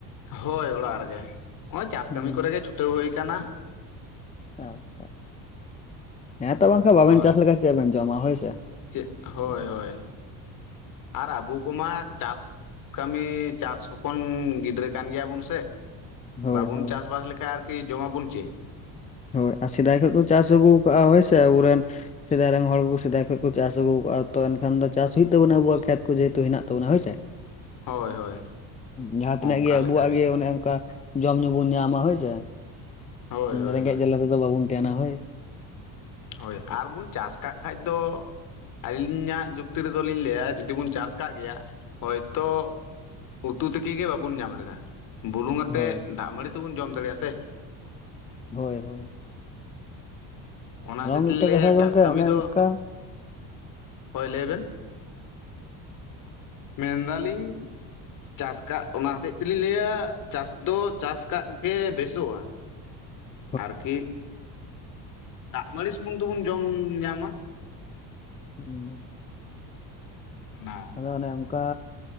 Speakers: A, on the left (about 55°); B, on the left (about 20°).
A: ᱦᱳᱭ ᱚᱲᱟᱜ ᱨᱮᱜᱮ ᱚᱜᱼᱚᱭ ᱪᱟᱥ
B: ᱦᱩᱸ
A: ᱠᱟᱹᱢᱤ ᱠᱚᱨᱮ ᱜᱮ ᱪᱷᱩ ᱴᱟᱹᱣ ᱦᱩᱭ ᱠᱟᱱᱟ
B: ᱟᱪᱷᱟ ᱦᱮᱸ ᱛᱚ ᱵᱟᱝᱠᱷᱟᱱ ᱵᱟᱵᱮᱱ
A: ᱦᱳᱭ
B: ᱪᱟᱥ ᱞᱮᱠᱷᱟᱱ ᱪᱮᱫ ᱵᱮᱱ ᱡᱚᱢᱟ ᱦᱳᱭ ᱥᱮ?
A: ᱪᱮᱫ ᱦᱳᱭ ᱦᱳᱭ ᱟᱨ ᱟᱵᱚ ᱠᱚᱢᱟ ᱪᱟᱥ ᱠᱟᱹᱢᱤ ᱪᱟᱥ ᱦᱚᱯᱚᱱ ᱜᱤᱫᱽᱨᱟᱹ ᱠᱟᱱ ᱜᱮᱭᱟᱵᱚᱱ ᱥᱮ ᱾
B: ᱦᱳᱭ
A: ᱵᱟᱵᱚᱱ
B: ᱦᱳᱭ
A: ᱪᱟᱥᱵᱟᱥ ᱞᱮᱠᱷᱟᱡ ᱟᱨᱠᱤ ᱡᱚᱢᱟᱵᱚᱱ ᱪᱮᱜ?
B: ᱦᱳᱭ ᱟᱨ ᱥᱮᱫᱟᱭ ᱠᱷᱚᱡ ᱠᱚ ᱪᱟᱥ ᱟᱹᱜᱩ ᱠᱟᱜᱼᱟ ᱦᱳᱭ ᱥᱮ ᱥᱮ ᱟᱵᱚᱨᱮᱱ ᱥᱮᱫᱟᱭ ᱨᱮᱱ ᱦᱚᱲ ᱠᱚ, ᱥᱮᱫᱟᱭ ᱠᱷᱚᱡ ᱠᱚ ᱪᱟᱥ ᱟᱹᱜᱩ ᱠᱟᱜ-ᱟ ᱾ ᱛᱚ ᱮᱱᱠᱷᱟᱱ ᱫᱚ ᱪᱟᱥ ᱦᱩᱭᱩᱜ ᱛᱟᱵᱚᱱᱟ ᱟᱵᱚᱣᱟᱜ ᱠᱷᱮᱛ ᱠᱚ, ᱡᱮᱦᱩᱛᱩ ᱦᱮᱱᱟᱜ ᱛᱟᱵᱚᱱᱟ ᱦᱳᱭ ᱥᱮ ᱾
A: ᱦᱳᱭ ᱦᱳᱭ
B: ᱡᱟᱦᱟᱸ ᱛᱤᱱᱟᱜ
A: ᱚᱱᱠᱟ
B: ᱜᱮ ᱟᱵᱚᱣᱟᱜ
A: ᱞᱮᱠᱟᱜᱮ
B: ᱜᱮ ᱚᱱᱮ ᱚᱱᱠᱟ ᱡᱚᱢ ᱧᱩ ᱵᱚᱱ ᱧᱟᱢᱟ ᱦᱳᱭ ᱥᱮ ᱾
A: ᱦᱳᱭ ᱦᱳᱭ
B: ᱨᱮᱸᱜᱮᱡ
A: ᱦᱳᱭ
B: ᱡᱟᱞᱟ ᱨᱮᱫᱚ ᱵᱟᱵᱚᱱ ᱛᱟᱦᱮᱱᱟ ᱦᱳᱭ ᱿
A: ᱦᱳᱭ ᱟᱨᱵᱚᱱ ᱪᱟᱥ ᱠᱟᱜ ᱠᱷᱟᱡ ᱫᱚ ᱟᱹᱞᱤᱧᱟᱜ ᱡᱩᱠᱛᱤ ᱨᱮᱫᱚᱞᱤᱧ ᱞᱟᱹᱭᱟ ᱡᱩᱫᱤ ᱵᱚᱱ ᱪᱟᱥ ᱠᱟᱜ ᱜᱮᱭᱟ ᱦᱚᱭᱛᱚ ᱩᱛᱩ ᱛᱤᱠᱤ ᱜᱮ ᱵᱟᱵᱩᱱ ᱧᱟᱢ ᱞᱮᱫᱟ ᱵᱩᱞᱩᱝ ᱟᱛᱮᱜ
B: ᱦᱳᱭ
A: ᱫᱟᱜ ᱢᱟᱹᱲᱤ ᱛᱚᱵᱚᱱ ᱡᱚᱢ ᱫᱟᱲᱮᱜᱼᱟ ᱥᱮ ᱾
B: ᱦᱳᱭᱻᱦᱳᱭ ᱾
A: ᱚᱱᱟ ᱦᱚᱛᱮᱡ ᱛᱮᱞᱤᱧ
B: ᱢᱤᱫᱴᱮᱡ
A: ᱞᱟᱹᱭᱟ
B: ᱠᱟᱛᱷᱟ
A: ᱪᱟᱥ
B: ᱜᱚᱝᱠᱮ
A: ᱠᱟᱹᱢᱤ
B: ᱚᱱᱮ
A: ᱫᱚ,
B: ᱚᱱᱠᱟ
A: ᱦᱳᱭ ᱞᱟᱹᱭ ᱵᱮᱱ? ᱢᱮᱱᱫᱟᱞᱤᱧ ᱪᱟᱥ ᱠᱟᱜ ᱚᱱᱟ ᱦᱚᱛᱮᱫ ᱛᱮᱞᱤᱧ ᱞᱟᱹᱭᱟ, ᱪᱟᱥ ᱫᱚ ᱪᱟᱥ ᱠᱟᱜ ᱜᱮ ᱵᱮᱥᱚᱜᱼᱟ ᱾
B: <inaudible>
A: ᱟᱨᱠᱤ, ᱫᱟᱜ ᱢᱟᱹᱲᱤ ᱥᱩᱢᱩᱝ ᱛᱚᱵᱚᱱ ᱡᱚᱢ ᱧᱟᱢᱟ ᱾
B: ᱦᱩᱸ
A: ᱚᱱᱟ
B: ᱟᱫᱚ ᱚᱱᱮ ᱚᱱᱠᱟ